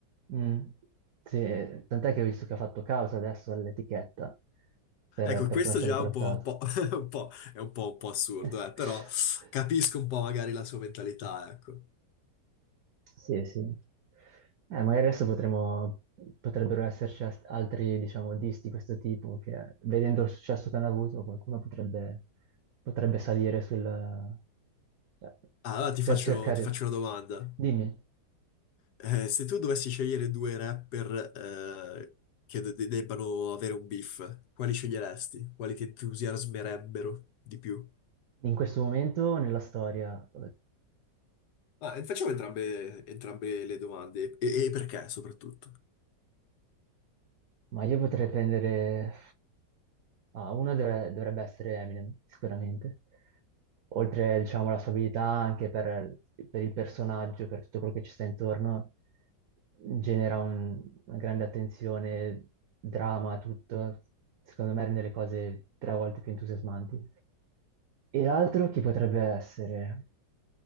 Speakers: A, on the right (about 60°); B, on the left (about 70°).
A: Mm, sì, tant'è che ho visto che ha fatto causa adesso all'etichetta per,
B: Ecco,
A: per
B: questo
A: come è stato
B: già
A: trattato.
B: è un po', un po', <laughs> un po'- è un po', un po' assurdo,
A: <laughs>
B: eh, però capisco un po' magari la sua mentalità, ecco.
A: Sì, sì. Eh, magari adesso potremmo, potrebbero esserci as- altri, diciamo, disti di questo tipo che, vedendo il successo che hanno avuto, qualcuno potrebbe, potrebbe salire sul... cioè,
B: Ah, allora
A: cer-
B: ti faccio,
A: cercare...
B: ti faccio una domanda.
A: Dimmi,
B: Eh, se tu dovessi scegliere due rapper eh, che de- de- debbano avere un beef, quali sceglieresti? Quali ti entusiasmerebbero di più?
A: in questo momento nella storia?
B: Ah, e facciamo entrambe, entrambe le domande e, e perché soprattutto.
A: Ma io potrei prendere... Ah, uno dovre- dovrebbe essere Eminem, sicuramente. Oltre, diciamo, alla sua abilità anche per, per il personaggio, per tutto quello che ci sta intorno, genera un- una grande attenzione, drama, tutto. Secondo me rende le cose tre volte più entusiasmanti. E l'altro chi potrebbe essere?